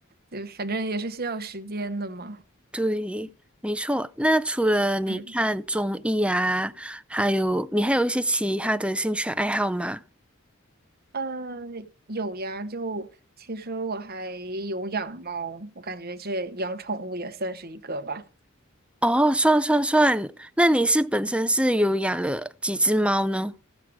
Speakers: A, on the right (about 45°); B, in the centre.
A: 就反正也是需要时间的嘛。
B: 对，没错。那除了你看综艺啊，
A: 嗯。
B: 还有你还有一些其他的兴趣爱好吗？
A: 呃，有呀，就其实我还有养猫，我感觉这养宠物也算是一个吧。
B: 哦，算算算，那你是本身是有养了几只猫呢？